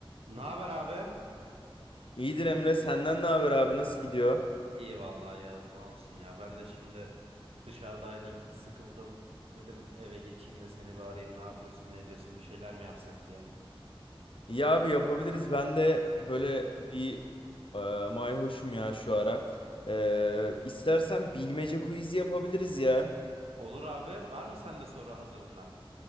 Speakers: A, on the right; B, on the left.
A: Ne haber abi?
B: İyidir Emre, senden ne haber abi? Nasıl gidiyor?
A: İyi vallahi Yağız ne olsun ya. Ben de şimdi dışarıdaydım, sıkıldım. Dedim eve geçeyim de seni bir arayayım. Ne yapıyorsun, ne ediyorsun, bir şeyler mi yapsak diye.
B: İyi abi yapabiliriz. Ben de böyle bir e, mayhoşum ya şu ara. E, istersen bilmece quizi yapabiliriz ya.
A: Olur abi. Var mı sende soru hazırında?